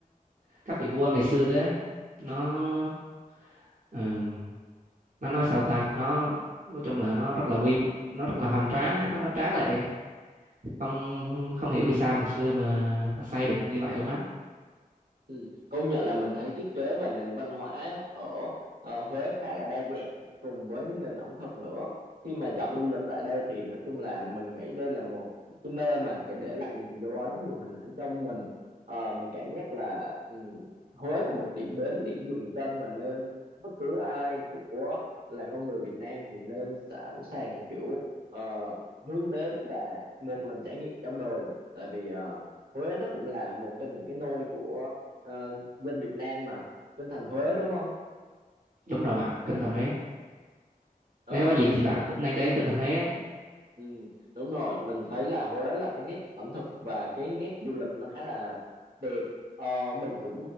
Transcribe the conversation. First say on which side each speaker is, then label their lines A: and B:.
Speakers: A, on the right; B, on the right.
A: các vị vua ngày xưa á nó ừm, nó nói sao ta nó nói chung là nó rất là quy nó rất là hoành tráng á, nó nó tráng lệ không không hiểu vì sao ngày xưa mà họ xây được như vậy luôn á
B: Ừ. Công nhận là mình thấy thiết kế và nền văn hóa ở ờ, Huế khá là đa dạng cùng với nền ẩm thực nữa. Khi mà chọn du lịch tại đây thì nói chung là mình nghĩ đây là một cái nơi mà sẽ để lại nhiều dấu ấn, nhiều hình ảnh trong mình. Ờ, mình cảm giác là ừ, Huế là một điểm đến, điểm dừng chân mà nên bất cứ ai của là con người Việt Nam thì nên sẵn sàng kiểu ờ, hướng đến và một lần trải nghiệm trong đời. Tại vì ờ, Huế nó cũng là một trong những cái nôi của ờ, dân Việt Nam mà bên thành Huế đúng không
A: đúng rồi bạn Kinh Thành Huế
B: ờ
A: nếu có dịp
B: thì
A: thì bạn cũng nên đến Kinh Thành Huế ấy.
B: Ừ, đúng rồi, mình thấy là Huế là cái nét ẩm thực và cái nét du lịch nó khá là đẹp. Ờ, mình cũng